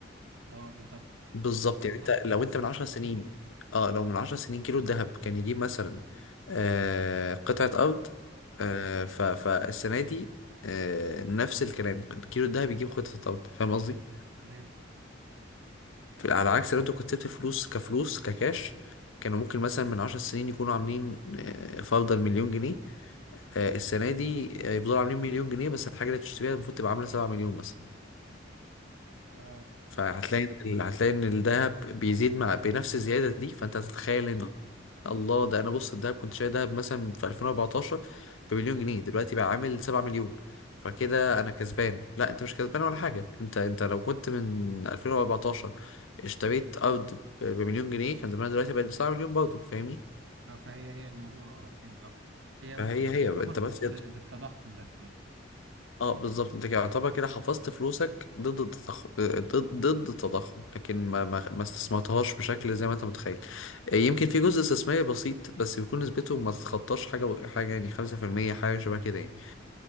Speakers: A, on the right; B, on the left.
A: أه بالظبط
B: بالظبط
A: محفوظة
B: يعني انت
A: ما بتقلش
B: لو انت من عشر سنين اه لو من عشر سنين كيلو الذهب كان يجيب مثلا آه قطعة أرض آه ف فالسنة دي آه نفس الكلام كيلو الذهب يجيب قطعة أرض فاهم قصدي؟
A: تمام
B: ف- على عكس لو انت كنت سبت الفلوس كفلوس ككاش كانوا ممكن مثلا من عشر سنين يكونوا عاملين آه، فرضا مليون جنيه آه، السنة دي آه، يفضلوا عاملين مليون جنيه بس الحاجة اللي بتشتريها المفروض تبقى عاملة سبعة مليون مثلا
A: أه
B: فهتلاقي إن ال- هتلاقي ان الذهب بيزيد مع بنفس الزياده دي فانت هتتخيل ان الله ده انا بص الذهب كنت شايل ذهب مثلا في 2014 بمليون جنيه دلوقتي بقى عامل 7 مليون فكده انا كسبان لا انت مش كسبان ولا حاجه انت انت لو كنت من 2014 اشتريت ارض ب- بمليون جنيه كان زمانها دلوقتي بقت ب 7 مليون برضه فاهمني
A: أه فهي هي الموضوع أه فهمت قصدك هي مقارنة
B: فهي هي انت
A: تعتبر بس-
B: بس
A: بالتضخم بس يعني
B: اه بالظبط انت كده يعتبر كده حفظت فلوسك ضد التضخم ضد ضد التضخم لكن ما ما ما استثمرتهاش بشكل زي ما انت متخيل آه، يمكن في جزء استثماري بسيط بس بيكون نسبته ما تتخطاش حاجه حاجه يعني 5% حاجه شبه كده يعني